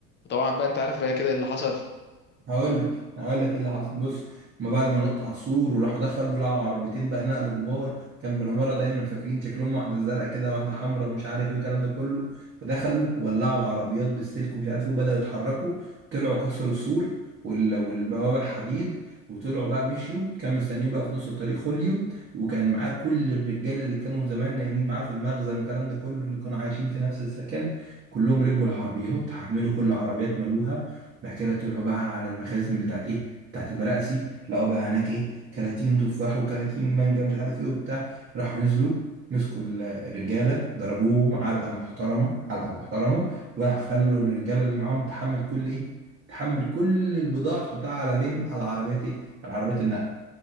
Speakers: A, on the left; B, on the right.
A: وطبعا بقى انت عارف بقى كده إيه اللي حصل
B: هقول لك هقول لك ايه اللي حصل بص هما بعد ما نط على السور وراحوا دخلوا لقوا عربيتين بقى نقل كبار كان بالعماره دايما فاكرين شكلهم واحده زرقاء كده واحده حمراء مش عارف ايه الكلام ده كله ودخلوا ولعوا العربيات بالسلك ومش عارف ايه وبداوا يتحركوا طلعوا كسروا السور وال- والبوابه الحديد وطلعوا بقى مشيوا كان مستنيين بقى في نص الطريق خوليو وكان معاه كل الرجاله اللي كانوا زمان نايمين معاه في المخزن والكلام ده كله اللي كانوا عايشين في نفس السكن كلهم ركبوا العربيات حملوا كل عربيات ملوها بحكي لها طلعوا بقى على المخازن بتاعت ايه بتاعت البلاقسي لقوا بقى هناك ايه كراتين تفاح وكراتين مانجا مش عارف ايه وبتاع راحوا نزلوا مسكوا ال- الرجاله ضربوهم علقه محترمه علقه محترمه وراحوا خلوا الرجاله اللي معاهم تحمل كل ايه تحمل كل البضاعه تحطها على فين على عربيات ايه على عربيات النقل